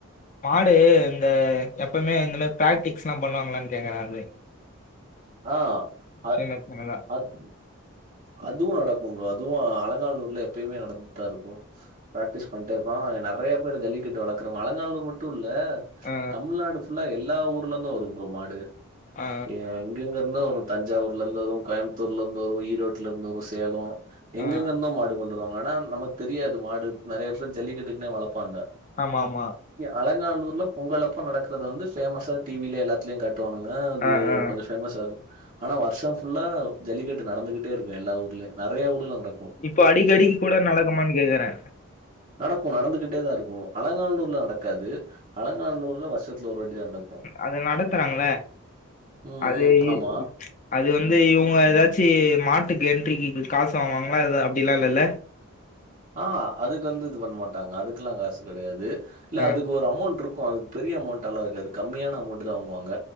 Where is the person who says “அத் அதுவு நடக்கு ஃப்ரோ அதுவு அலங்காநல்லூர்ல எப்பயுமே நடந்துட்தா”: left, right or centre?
Right